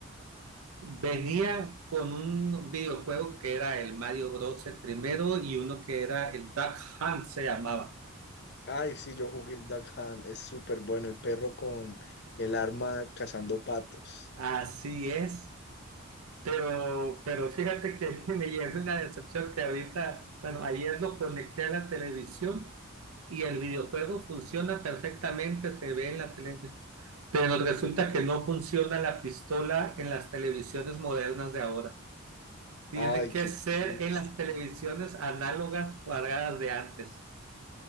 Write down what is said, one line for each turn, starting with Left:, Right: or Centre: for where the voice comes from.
Right: Venía con un videojuego que era el Mario Bros. el primero y uno que era el Duck Hunt se llamaba.
Left: Ay, sí, yo jugué el Duck Hunt, es súper bueno, el perro con el arma cazando patos.
Right: Así es, pero, pero fíjate que <laughs> me llevé una decepción que ahorita, bueno, ayer lo conecté a la televisión y el videojuego funciona perfectamente, se ve en la televisión, Pero resulta que no funciona la pistola en las televisiones modernas de ahora. Tiene
Left: Ay,
Right: que
Left: qué
Right: ser
Left: triste,
Right: en las televisiones análogas cuadradas de antes.